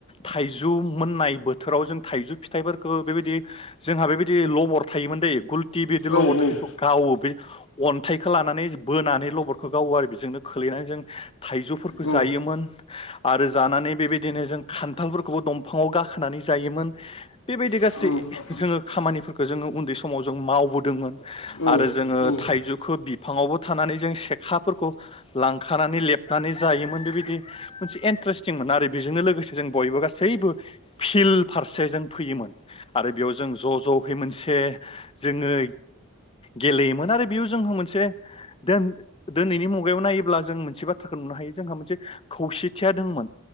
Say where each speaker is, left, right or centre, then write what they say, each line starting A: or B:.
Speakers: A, on the left; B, on the left.
A: थाइजौ मोननाय बोथोराव जों थाइजौ फिथाइफोरखो बेबायदि जोंहा बेबायदि लबर थायोमोन दै गुलथि बिदि
B: औ
A: लबरजों
B: औ
A: जिथु गावो बे अन फिथाइखौ लानानै बोनानै लबरखौ गावो आरो बेजोंनो खोलैनानै जों थाइजौ जायोमोन
B: औ
A: आरो जानानै बेबायदिनो जों खान्थालफोरखौबो दंफाङाव गाखोनानै जायोमोन बेबायदि
B: औ
A: गासै जोङो खामानिफोरखौ जोङो उन्दै समाव जों मावबो दोंमोन।
B: ओ औ
A: आरो जोङो
B: औ
A: थाइजौखौ बिफाङावबो थानानै जों सेखाफोरखौ लांखानानै लेबनानै जायोमोन बेबायदि मोनसे एंट्रेसतिंमोन आरो बेजोंनो लोगोसे जों बयबो गासैबो फिल्द फारसे जों फैयोमोन आरो जों बियाव ज जयै मोनसे जोङो गेलेयोमोन आरो बेयाव जोंहा मोनसे दिनैनि मुगायाव नायोब्ला जों मोनसे बाथ्राखौ नुनो हायो। जोंहा मोनसे खौसेथिया दंमोन